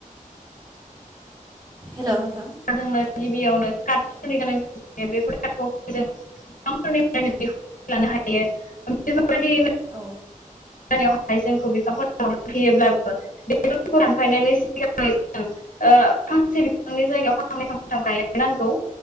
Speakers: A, on the right (about 25°); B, on the left (about 75°).
A: हेल' नोंथां
B: जोंनो गिबियावनो कार्टनि गोनांथि जायो बेफोर कार्ट जों न'फोरनिफ्रायनो दिहुना लानो हायो बेफोरबायदिनो
A: औ
B: <unintelligible> जोंखौ बिफांफोरखौ होयोब्लाबो बेफांखौ दानफायनायनि सिगां सिगां <unintelligible> ओ फांसे बिफांनि जायगायाव फांनै फांथाम गायनो नांगौ